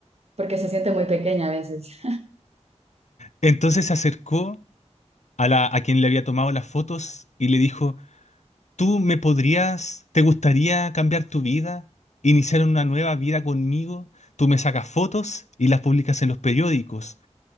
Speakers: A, on the right (about 60°); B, on the left (about 75°).
A: porque se siente muy pequeña a veces.
B: Entonces se acercó a la a quien le había tomado las fotos y le dijo, ¿Tú me podrías, te gustaría cambiar tu vida, iniciar una nueva vida conmigo? Tú me sacas fotos y las publicas en los periódicos.